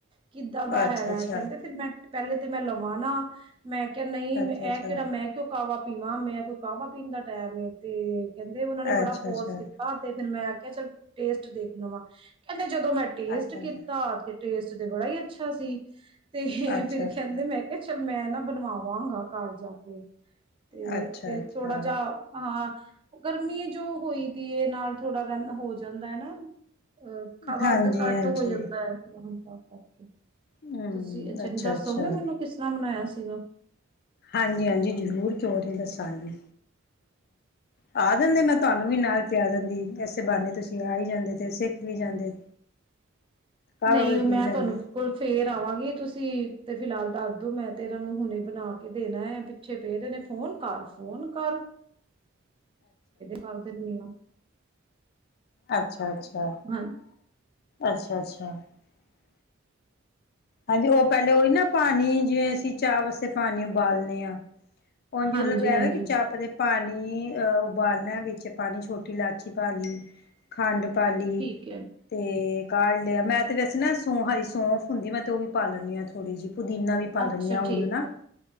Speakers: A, on the right (about 25°); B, on the left (about 50°).
A: ਕਿੱਦਾਂ ਦਾ
B: ਅੱਛਾ-ਅੱਛਾ
A: ਹੈਗਾ ਕਹਿੰਦੇ ਫਿਰ ਮੈਂ ਪਹਿਲੇ ਤੇ ਮੈਂ ਲਵਾਂ ਨਾ ਮੈਂ ਕਿਹਾ ਨਹੀਂ
B: ਅੱਛਾ-ਅੱਛਾ
A: ਇਹ ਕਿਹੜਾ ਮੈਂ ਕਿਉਂ ਕਾਵਾ ਪੀਵਾਂ ਮੈਂ ਕਾਵਾ ਪੀਣ ਦਾ ਟੈਮ ਏ ਅਤੇ ਕਹਿੰਦੇ ਓਹਨਾਂ ਨੇ
B: ਅੱਛਾ-ਅੱਛਾ
A: ਬੜਾ ਫੋਰਸ ਕੀਤਾ ਤੇ ਫਿਰ ਮੈਂ ਕ ਚਲ ਟੇਸਟ ਦੇਖ ਲ ਵਾ ਕਹਿੰ ਜਦੋਂ ਮੈਂ ਟੇਸਟ
B: ਅੱਛਾ-ਅੱਛਾ
A: ਕੀਤਾ ਤੇ ਟੇਸਟ ਤੇ ਬੜਾ ਹੀ ਅੱਛਾ ਸੀ ਤੇ
B: ਅੱਛਾ-ਅੱਛਾ
A: ਫੇਿਰ ਕਹਿੰਦੇ ਮੈਂ ਕਿਹਾ ਚੱਲ ਮੈਂ ਨਾ ਬਣਵਾਵਾਂਗਾ ਘਰ ਜਾ ਕੇ ਤੇ
B: ਅੱਛਾ-ਅੱਛਾ
A: ਫਿਰ ਥੋੜਾ ਜਾਿ ਹਾਂ ਓ ਗਰਮੀ ਜੋ ਹੋਈ ਦੀ ਏ, ਨਾਲ ਥੋੜ੍ਹਾ ਰਨ ਹੋ ਜਾਂਦਾ ਨਾ। <unintelligible> ਵਦ-ਘੱਟ
B: ਹਾਂਜੀ-ਹਾਂਜੀ
A: ਹੋ ਜਾਂਦੈ ਐ। ਤਾ ਕਰਕੇ।
B: ਹੂੰ
A: ਤੁਸੀ ਅੱਛਾ
B: ਅੱਛਾ-ਅੱਛਾ
A: ਦੱਸੋਗੇ ਮੈਨੂੰ ਕਿਸ ਤਰ੍ਹਾਂ ਬਨਾਏਆ ਸੀ? <unintelligible>
B: ਹਾਂਜੀ, ਹਾਂਜੀ ਜਰੂਰ ਕੇਓ ਨੀ ਦੱਸਾਂਗੀ। ਆ ਜਾਂਦੇ ਮੈਂ ਤੁਹਾਨੂੰ ਵੀ ਨਾਲ ਪੇਆ ਦੰਦੀ। ਐਸੇ ਬਹਾਨੇ ਤੁਸੀਂ ਆ ਹੀ ਜਾਂਦੇ ਤੇ ਸੇਖ ਵੀ ਜਾਂਦੇ। ਕਾਵਾ
A: ਨਈ
B: ਵੀ ਪੀ
A: ਮੈਂ
B: ਜਾਂਦੇ
A: ਤੁਹਾਨੂ, ਕੋਲ ਫੇਰ ਆਵਾਂਗੀ ਤੁਸੀਂ <unintelligible> ਫਿਲਹਾਲ ਦਾਦੂ ਮੈਂ ਤੇਰੇ ਨੂੰ ਹੁਨੇ ਬਨਾ ਕੇ ਦੇਨਾ ਐ ਪਿੱਛੇ ਪਏ ਦੇ ਨੇ ਫੋਨ ਕਰ, ਫੋਨ ਕਰ ਕਰ ਦੇਨੀ ਆਂ।
B: ਅੱਛਾ, ਅੱਛਾ।
A: ਹਾਂ
B: ਅੱਛਾ, ਅੱਛਾ। <unintelligible> ਹਾਂਜੀ ਓ ਪੈਲੇ ਓਈ ਨਾ ਪਾਨੀ, ਜਿਵੇਂ ਅਸੀਂ ਚਾਹ ਵਾਸਤੇ ਪਾਨੀ ਉਬਾਲਨੇ ਆਂ। ਉਝ
A: ਹਾਂਜੀ
B: ਮਤਲਬ ਇਹਵੇ
A: ਹਾਂਜੀ
B: ਕਿ ਚੱਪ ਤੇ ਪਾਣੀ ਅਹ ਉਬਾਲਣਾ ਵਿੱਚ ਪਾਣੀ ਛੋਟੀ ਇਲਾਚੀ ਪਾਾਲੀ ਖੰਡ ਪਾਲੀ
A: ਠੀਕ ਹੈ
B: ਤੇ ਕਾੜ ਲਿਆ ਮੈਂ ਤੇ ਵੈਸੇ ਨਾ ਸੋਹਾਈ ਸੌਂਫ ਹੁੰਦੀ ਮੈਂ ਤੋਂ ਪਾਲਣੀ ਥੋੜੀ ਜਿਹੀ ਪੁਦੀਨਾ ਵੀ ਪਾ
A: ਅੱਛਾ
B: ਲਣੀਆਂ ਹੁਣ
A: ਠੀਕ
B: ਨਾ
A: ਹੈ